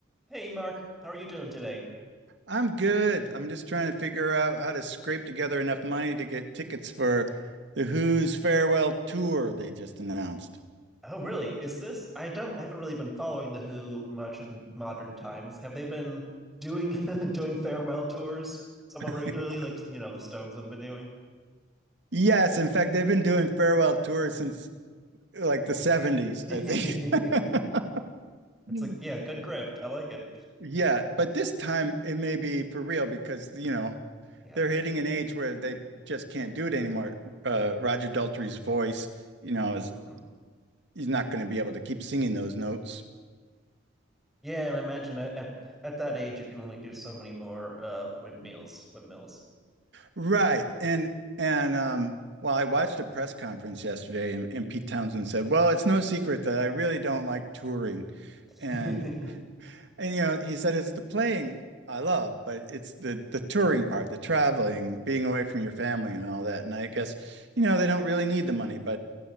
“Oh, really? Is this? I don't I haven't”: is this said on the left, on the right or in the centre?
Centre